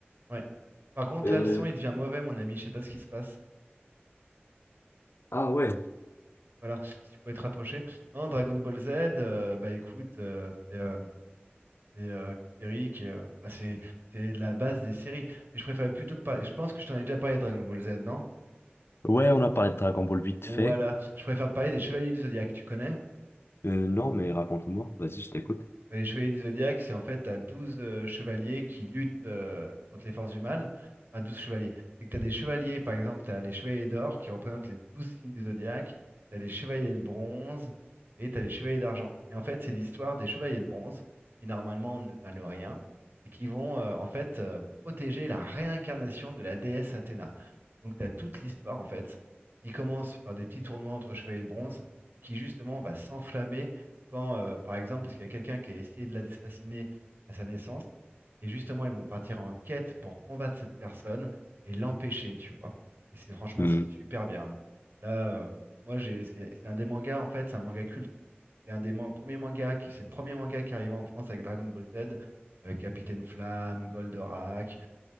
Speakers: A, on the right; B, on the left.
A: Ouais. Par contre,
B: Euh,
A: là, le son, il devient mauvais, mon ami. Je sais pas ce qui se passe.
B: ah ouais,
A: Voilà, si tu pouvais te rapprocher. Non, Dragon Ball Z, euh, bah écoute, euh, c'est euh, c'est, euh, une série qui euh, bah, c'est c'est de la base des séries. Mais je préférais plutôt te parler. Je pense que je t'en ai déjà parlé de Dragon Ball Z, non?
B: Ouais, on a parlé de Dragon Ball vite
A: Voilà,
B: fait.
A: je préfère te parler des Chevaliers du Zodiaque, tu connais?
B: Euh, non, mais raconte-moi. Vas-y, je t'écoute.
A: Bah, les chevaliers du zodiaque, c'est en fait, t'as 12 euh, chevaliers qui luttent euh, contre les forces du mal. Enfin, 12 chevaliers. C'est que t'as des chevaliers, par exemple, t'as les chevaliers d'or qui représentent les 12 signes du zodiaque, t'as les chevaliers de bronze et t'as les chevaliers d'argent. Et en fait, c'est l'histoire des chevaliers de bronze qui, normalement, ne valent rien et qui vont, euh, en fait, euh, protéger la réincarnation de la déesse Athéna. Donc, t'as toute l'histoire, en fait, qui commence par des petits tournois entre chevaliers de bronze et qui, justement, va s'enflammer quand, euh, par exemple, parce qu'il y a quelqu'un qui a essayé de l'assassiner à sa naissance, et justement, ils vont partir en quête pour combattre cette personne et l'empêcher, tu vois. Et c'est franchement,
B: Hmm,
A: c'est super bien. hein. Là, euh, moi, j'ai, c'est c'est un des mangas, en fait, c'est un manga culte. C'est un des man- premiers mangas qui, c'est le premier manga qui arrivait en France avec Dragon Ball Z, euh, Capitaine Flamme, Goldorak,